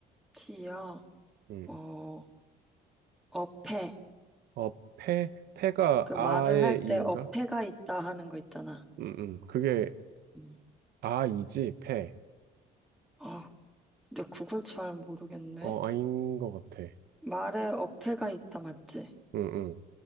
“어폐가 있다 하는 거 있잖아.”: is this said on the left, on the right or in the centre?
Centre